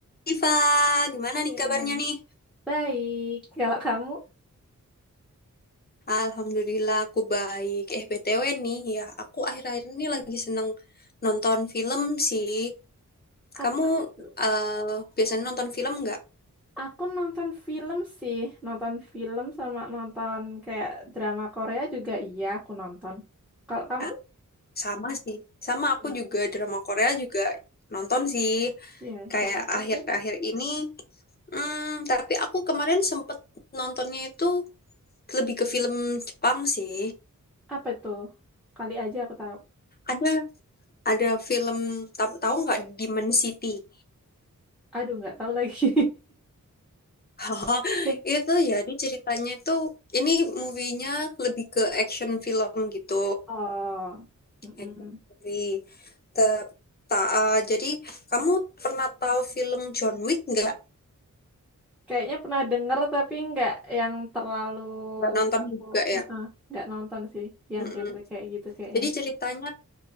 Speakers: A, on the left; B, in the centre.
A: Diva, gimana
B: Iya.
A: nih kabarnya nih?
B: Baik. Kalau kamu
A: Alhamdulillah aku baik. Eh, BTW nih ya, aku akhir-akhir ini lagi seneng nonton film sih. Kamu
B: apa tuh?
A: eh, biasanya nonton film nggak?
B: Aku nonton film sih, nonton film sama nonton kayak drama Korea juga iya aku nonton. Kalau kamu
A: Ah, sama sih. Sama
B: sama.
A: aku juga drama Korea juga nonton sih.
B: Ya,
A: Kayak
B: yang terakhir
A: akhir-akhir ini. Hmm, tapi aku kemarin sempet nontonnya itu lebih ke film Jepang sih.
B: apa tuh? Kali aja aku tahu.
A: Ada ada film tahu tahu nggak Demon City?
B: Aduh, nggak tahu lagi.
A: <laughs> Oh,
B: <laughs>
A: itu jadi ceritanya itu ini movie-nya lebih ke action film gitu.
B: Oh, mm-mm.
A: Action movie. Te- ta- ah, jadi kamu pernah tahu film John Wick nggak?
B: Kayaknya pernah denger tapi nggak yang terlalu
A: Nggak nonton
B: aku
A: juga ya?
B: Heeh, nggak nonton sih yang
A: Mm-mm.
B: genre kayak gitu kayaknya.
A: Jadi ceritanya,